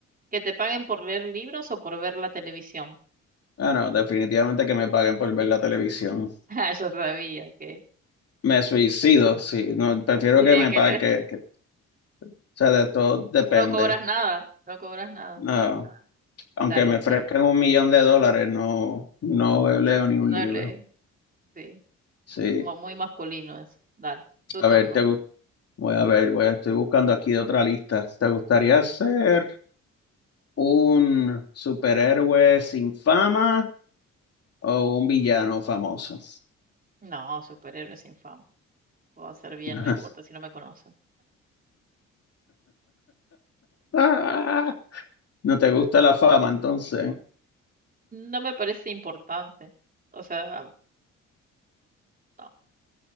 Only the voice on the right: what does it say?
¿que te paguen por leer libros o por ver la televisión?
<laughs> Ah, yo sabía que.
Dirían
que
no,
no cobras nada, no cobras nada.
Ah,
Dale,
tú,
dale,
sí,
mu- muy masculino eso. Dale, tu
turno.
No, superhéroe sin fama. Puedo hacer bien,
no importa si no me conocen.
No me parece importante. O sea, no.